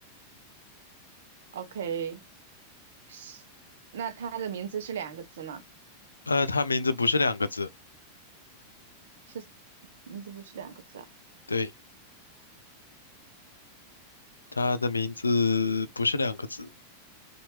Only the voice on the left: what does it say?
呃，他名字不是两个字，
对，他的名字不是两个字，